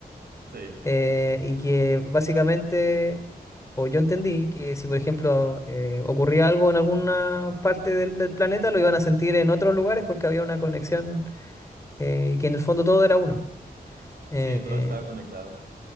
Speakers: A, on the right; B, on the left.
A: sí,
B: eh, y que básicamente, o yo entendí que si por ejemplo eh, ocurría algo en alguna parte del del planeta, lo iban a sentir en otros lugares porque había una conexión eh, y que en el fondo todo era uno. Eh,
A: sí, todo estaba conectado.